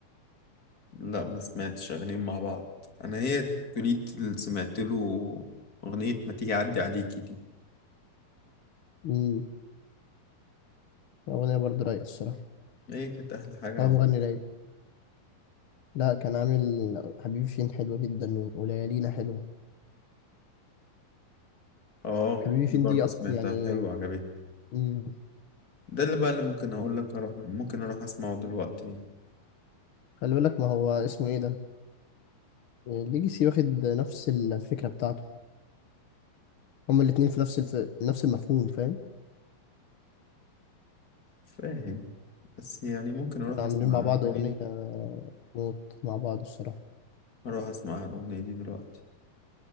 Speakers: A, on the left; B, on the left.
A: لا ما سمعتش أغانيهم مع بعض أنا هي طولية اللي سمعت له أغنية ما تيجي أعدي عليكي دي
B: امم اغنيه برضه رايقه الصراحه
A: هي كانت أحلى حاجة
B: هو
A: عم.
B: مغني رايق لا كان عامل حبيبي فين حلوه جدا وليالينا حلوه
A: اه
B: حبيبي فين
A: دي برضه
B: دي أكتر
A: سمعتها
B: يعني
A: حلوة عجبتني
B: مم.
A: ده اللي بقى اللي ممكن أقول لك أروح ممكن أروح أسمعه دلوقتي
B: خلي بالك ما هو اسمه ايه ده ليجاسي واخد نفس الفكرة بتاعته هما الاتنين في نفس الف... نفس المفهوم فاهم
A: فاهم بس يعني ممكن أروح
B: كانوا
A: أسمع
B: عاملين مع بعض
A: الأغنية
B: أغنية
A: دي
B: موت مع بعض الصراحة
A: أروح أسمع الأغنية دي دلوقتي